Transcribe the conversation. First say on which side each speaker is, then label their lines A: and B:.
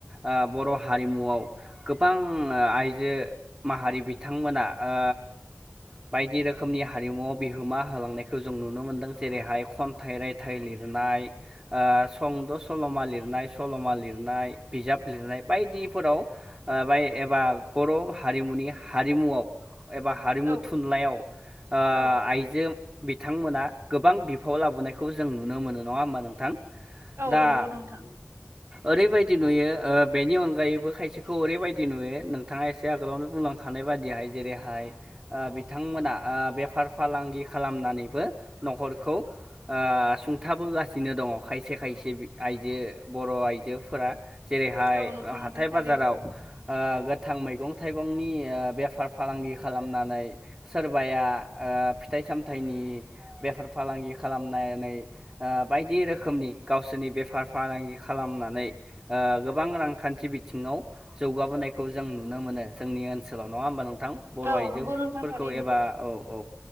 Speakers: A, on the right (about 25°); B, on the right (about 65°).
A: ओ बर' हारिमुआव गोबां ओ आइजो माहारि बिथांमोना ओ बायदि रोखोमनि हारिमुआव बिहोमा होलांनायखौ जों नुनो मोनदों जेरैहाय खनथाइ रायथाइ लिर नाय ओ सुंद' सल'मा लिरनाय सल'मा लिरनाय बिजाब लिरनाय बायदिफोराव ओ बाय ए एबा बर' हारिमुनि हारिमुआव एबा हारिमु
B: औ
A: थुनलायाव ओ आइजो
B: औ नंगौ
A: बिथांमोना गोबां बि फाव लाबोनायखौ जों नुनो मोनो नङा होमबा नोंथां
B: औ
A: दा
B: नंगौ नोंथां
A: ओरैबायदि नुयो ओ बेनि अनगायैबो खायसेखौ ओरैबायदि नुयो नोंथाङा एसे आगोलावनो बुंलां खानाय बादिहाय जेरैहाय ओ बिथांमोना ओ बेफार फालांगि खालामनानैबो न'खरखौ ओ सुंथाबोगासिनो दङ खायसे खायसे आइजो बर' आइजोफोरा जेरैहाय
B: औ नंगौ नोंथां
A: हाथाय
B: थारैनो
A: बाजाराव ओ गोथां मैगं थाइगंनि ओ बेफार फालांगि खालामनानै सोरबाया ओ फिथाइसामथाइनि बेफार फालांगि खालामनानै ओ बायदि रोखोमनि गावसिनि बेफार फालांगि खालामनानै ओ गोबां रांखान्थि बिथिङाव जौगाबोनाय खौ जों नुनो मोनो जोंनि ओनसोलाव नङा होनबा नों थां बर'
B: औ
A: आइजोफोरखौ
B: नंगौ नोंथां थारैनो
A: एबा औ औ